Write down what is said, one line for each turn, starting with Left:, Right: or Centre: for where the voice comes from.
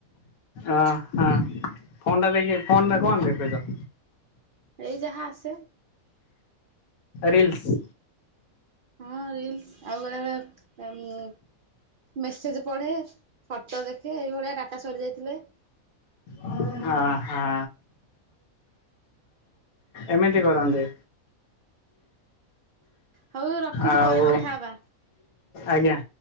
Left: ଓ ହୋ ଫୋନଟା ଦେଖି ଫୋନ୍ ରେ କଣ ଦେଖୁଛ?
Right: ଏଇ ଯାହା ଆସେ।
Left: ରିଲସ୍।
Right: ହଁ ରିଲ୍ସ ଆଉ ବେଳେବେଳେ ଉଁ ମେସେଜ୍ ପଢେ ଫଟୋ ଦେଖେ ଏଇଭଳିଆ ଡା଼ଟା ସରିଯାଇଥିଲେ।
Left: ଓ ହୋ। ଏମିତି କରନ୍ତି।
Right: ହଉ ରଖୁଛି
Left: ଆଉ
Right: ପରେ କଥା ହବା।
Left: ଆଜ୍ଞା।